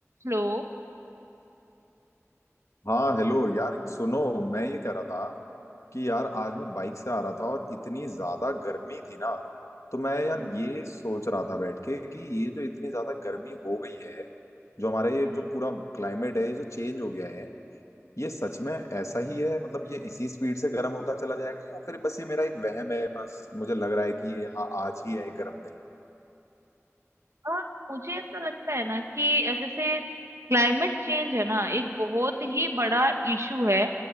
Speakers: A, on the right; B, on the left.
A: लो
B: हाँ हेलो यार सुनो मैं ये कह रहा था कि यार आज मैं बाइक से आ रहा था और इतनी ज्यादा गर्मी थी ना तो मैं यार
A: हम्म,
B: ये सोच रहा था बैठ के कि ये जो इतनी ज्यादा गर्मी हो गई है जो हमारा ये
A: हम्म,
B: जो पूरा क्लाइमेट है ये जो चेंज हो गया है ये सच
A: हम्म,
B: में ऐसा ही है मतलब ये इसी स्पीड से गर्म होता चला जाएगा या फिर बस ये मेरा एक वहम है बस मुझे लग रहा है कि ये हाँ आज ही है एक गर्म दिन
A: और मुझे ऐसा लगता है ना कि जैसे क्लाइमेट चेंज है ना एक बहुत ही बड़ा इशू है